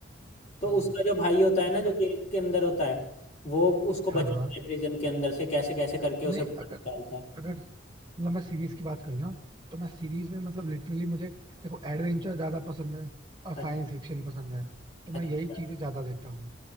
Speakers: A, on the right; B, on the left.
A: अच्छा
B: तो उसका जो भाई होता है
A: इसे
B: ना जो
A: मैं
B: जेल के अंदर होता है वो उसको
A: हाँ
B: बचाता
A: हाँ
B: है प्रिजन के अंदर से कैसे कैसे करके उसे
A: नहीं
B: बाहर
A: अगर
B: निकालता है
A: अगर मतलब मैं सीरीज की बात करूँ ना तो मैं सीरीज में मतलब लिटरली मुझे देखो एडवेंचर ज्यादा पसंद है और
B: हाँ
A: साइंस फिक्शन पसंद है तो
B: अच्छा
A: मैं यही चीजें ज्यादा देखता हूँ